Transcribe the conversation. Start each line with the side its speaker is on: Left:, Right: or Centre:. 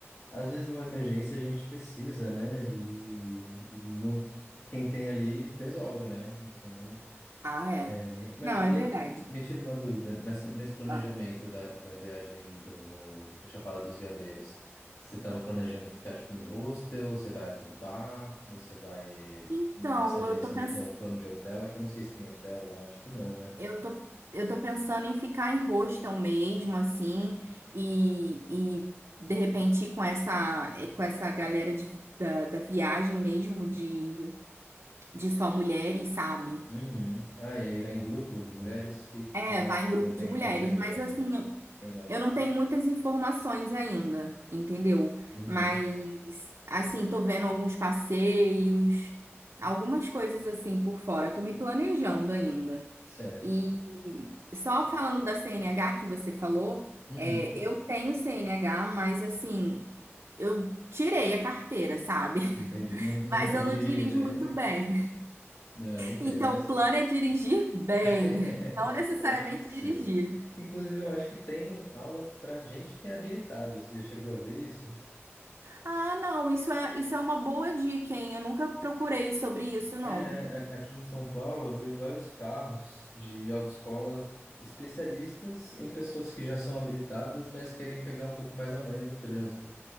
Left: às vezes numa emergência a gente precisa, né? E não, quem tem ali resolve, né? Então,
Right: Ah, é.
Left: é, mas
Right: Não,
Left: me,
Right: é verdade.
Left: me tira uma dúvida, nessa, nesse planejamento
Right: Ah.
Left: da, da viagem do, Chapada dos Veadeiros, você estava planejando ficar tipo em hostel, você vai acampar, você vai.
Right: Então,
Left: Nessa agência
Right: eu tô
Left: eles
Right: pensando
Left: dão um plano de hotel, é que eu não sei se tem hotel lá, acho que não, né?
Right: Eu tô, eu tô pensando em ficar em hostel mesmo, assim, e, e de repente ir com essa, eh, com essa galera de, da, da viagem mesmo de, de só mulheres, sabe?
Left: Uhum. Ah, e aí vai em grupo de mulheres que
Right: É,
Left: não,
Right: vai em grupo
Left: não tem
Right: de mulheres,
Left: companhia,
Right: mas
Left: né?
Right: eu, assim,
Left: Tipo,
Right: eu,
Left: Legal.
Right: eu não tenho muitas informações ainda, entendeu?
Left: Uhum.
Right: Mas Assim, tô vendo alguns passeios, algumas coisas assim por fora. Tô me planejando ainda.
Left: Certo.
Right: E só falando da CNH que você falou,
Left: Uhum.
Right: é, eu tenho CNH, mas assim, eu tirei a carteira, sabe? <laughs>
Left: Entendi. Não, não
Right: Mas
Left: foi
Right: eu
Left: dirigir,
Right: não dirijo
Left: né?
Right: muito
Left: <laughs>
Right: bem.
Left: Não, eu entendo,
Right: Então,
Left: mas.
Right: o plano é dirigir bem,
Left: <laughs>
Right: não necessariamente
Left: Sim.
Right: dirigir.
Left: Inclusive, eu acho que tem aula pra gente que é habilitada. Você já chegou a ver isso?
Right: Ah, não, isso é, isso é uma boa dica, hein? Eu nunca procurei sobre isso, não.
Left: É, a- aqui em São Paulo, eu vejo vários carros de autoescolas especialistas em pessoas que já são habilitadas, mas querem pegar um pouco mais a manha do trânsito.